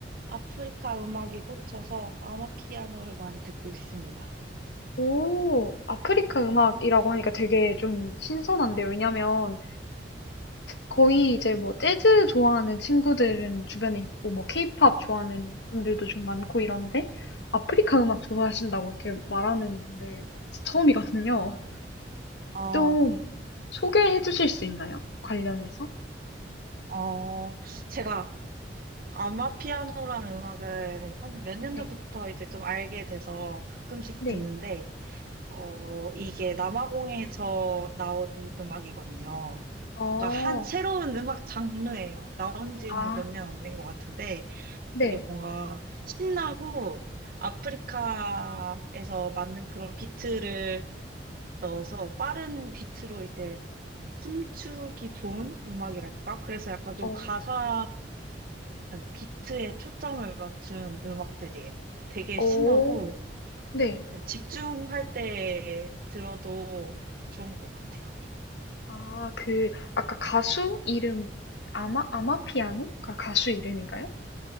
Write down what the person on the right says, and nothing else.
아프리카 음악에 꽂혀서 아마피아노를 많이 듣고 있습니다.
아,
어, 제가 아마피아노라는 음악을 한 몇 년
전부터 이제 좀 알게 돼서 가끔씩
듣는데, 어, 이게 남아공에서 나온 음악이거든요.
그러니까 한, 새로운 음악 장르예요. 나온 지는
몇 년 안 된 것 같은데,
되게 뭔가 신나고 아프리카에서 만든 그런 비트를 넣어서 빠른 비트로 이제 춤추기 좋은 음악이랄까? 그래서 약간 좀
가사보다는 비트에 초점을 맞춘 음악들이에요. 되게
신나고
집중할 때 들어도 좋은 것 같아요.